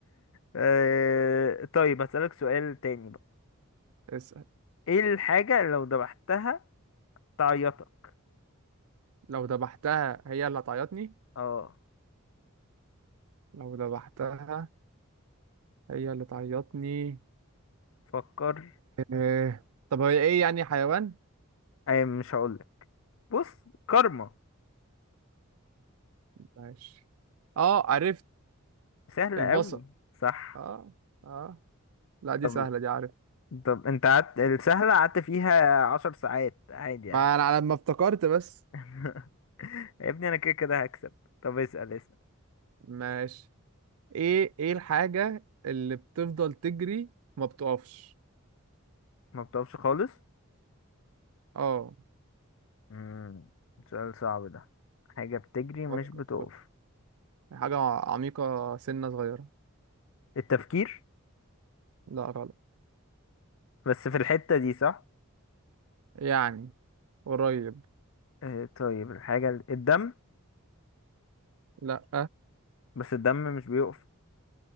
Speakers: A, on the left; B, on the right.
A: آه، طيب هسألك سؤال تاني بقى
B: اسأل
A: ايه الحاجة اللي لو ذبحتها تعيطك
B: لو ذبحتها هي اللي هتعيطني
A: اه
B: لو ذبحتها هي اللي تعيطني
A: فكر
B: إيه. طب هي ايه يعني حيوان
A: اي مش هقولك بص كارما
B: ماشي اه عرفت
A: سهلة
B: البصل
A: قوي صح
B: اه اه لا دي
A: طب
B: سهلة دي عارف
A: طب انت قعدت السهلة قعدت فيها عشر ساعات عادي
B: ما
A: عادي
B: انا على ما افتكرت بس
A: <laughs> يا ابني انا كده كده هكسب طب اسأل اسأل
B: ماشي ايه ايه الحاجة اللي بتفضل تجري وما بتقفش
A: ما بتقفش خالص
B: اه
A: امم سؤال صعب ده حاجة بتجري مش
B: فكر
A: بتقف
B: فكر حاجة عميقة سنة صغيرة
A: التفكير
B: لا غلط
A: بس في الحتة دي صح
B: يعني قريب
A: آه طيب الحاجة ال- الدم
B: لا
A: بس الدم مش بيقف